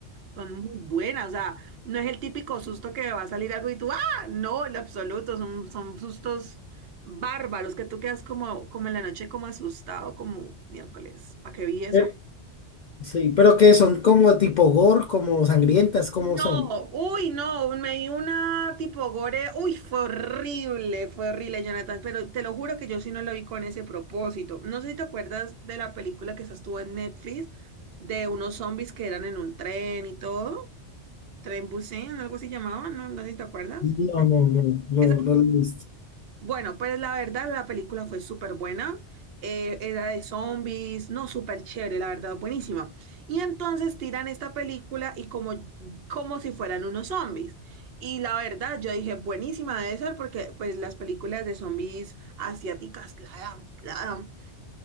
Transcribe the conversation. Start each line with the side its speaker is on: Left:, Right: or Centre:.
Right: son muy buenas. O sea, no es el típico susto que va a salir algo y tú, ah, no, en lo absoluto. Son, son sustos bárbaros que tú quedas como, como en la noche, como asustado, como miércoles. ¿Para qué vi eso?
Left: Eh, Sí, pero que son como tipo gore, como sangrientas, ¿cómo
Right: No,
Left: son?
Right: uy, no, me di una tipo gore, uy, fue horrible, fue horrible, Jonathan, pero te lo juro que yo sí no lo vi con ese propósito. No sé si te acuerdas de la película que esa estuvo en Netflix, de unos zombies que eran en un tren y todo, Tren Busan, algo así llamaban, ¿no? No sé si te acuerdas.
Left: No, no, no, no,
Right: Esa
Left: no la he visto.
Right: bueno, pues la verdad la película fue súper buena. eh, era de zombies, no, súper chévere, la verdad, buenísima. Y entonces tiran esta película y como, como si fueran unos zombies. Y la verdad, yo dije, buenísima debe ser porque pues las películas de zombies asiáticas la dan, la dan.